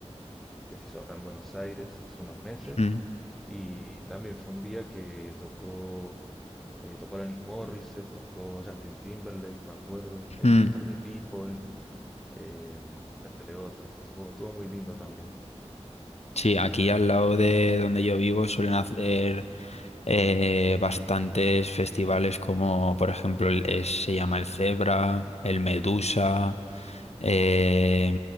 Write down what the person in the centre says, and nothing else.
que se hizo acá en Buenos Aires hace unos meses.
Y también fue un día que tocó, eh, tocó Alanis Morissette, tocó Justin Timberlake, me acuerdo, eh,
Foster the People, eh, entre otros. Estuvo, estuvo muy lindo también.